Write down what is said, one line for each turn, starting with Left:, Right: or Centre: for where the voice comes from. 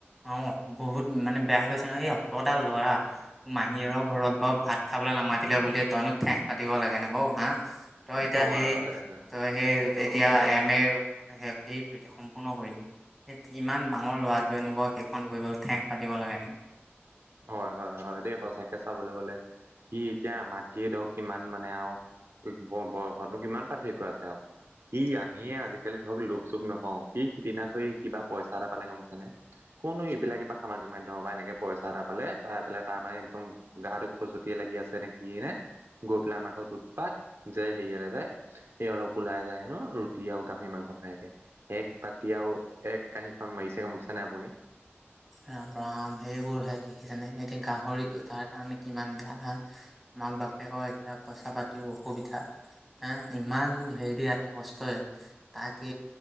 Centre: অ বহুত মানে বেয়া পাইছে ন এই অত ল'ৰা মা হি আৰু ঘৰত বাৰু ভাত খাবলৈ নামাতিলে বুল তইনো ঠেং পাতিব লাগে নে বৌ হা? তই এতিয়া
Right: হয়
Centre: হেই
Right: হয় হয়
Centre: তই সেই এতিয়া এম এ শেষ সেই সম্পূৰ্ণ কৰিলি। হেত ইমান ডাঙৰ ল'ৰাটোৱে এনো বা সেইখন কৰিবলৈ ঠেহ পাতিব লাগেনে?
Right: হয় হয় হয় দেই সচাকে চাবলৈ গলে সি এতিয়া আমাতকে ধৰক কিমান মানে আৰু ই ব বয়সতনো কিমান পাত ঢেৰিক্য আছে আৰু কি আমিয়ে আজিকালি ধৰক লোক চুপ নকওঁ, সি সিদিনা কৰি কিবা পইচা এটা পালে গম পাইছানে? কোনো এইবিলাকে বা সামাজিক মাধ্যমৰ পৰা এনেকে পইচা এটা পালে পাই পেলাই তাৰ মানে একদম গাটো খজুৱতিয়ে লাগি আছে নে কি নে? গৈ পেলাই আমাৰ ঘৰত উৎপাত যে হেৰিয়ালে যায় এই অলপ ওলাই যায় হে ন ৰুটি আৰু গাহৰি মাংস ভয়াকে। এক বাতি আৰু এক কাঁহীখন মাৰিছে গম পাইছানে আপুনি?
Centre: ৰাম ৰাম! সেইবোৰহে দেখিছেনে এতিয়া গাহৰিটো তাৰ কাৰণে কিমান বেয়া হা! মাক বাপেকয় এতিয়া পইচা পাতিও অসুবিধা। হে ইমান হেৰি ইয়াত কষ্টয়। তাকে